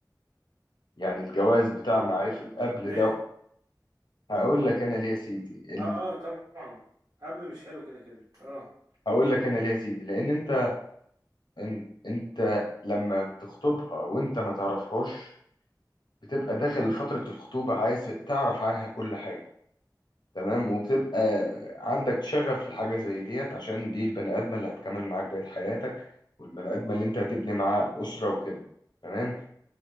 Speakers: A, on the left (about 70°); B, on the right (about 45°).
A: يعني الجواز بتاع
B: امم
A: معرفة قبل
B: ليه؟
A: ده هقول لك انا ليه يا سيدي ال...
B: اه اه طبعا قبل مش حلو كده كده اه
A: هقول لك انا ليه يا سيدي لان انت انت, انت لما بتخطبها وانت ما تعرفهاش بتبقى داخل فترة الخطوبة عايز تعرف عنها كل حاجة تمام وبتبقى عندك شغف لحاجة زي ديت عشان دي البني آدمة اللي هتكمل معاك بقية حياتك والبني آدمة اللي انت هتبني معاها أسرة وكده تمام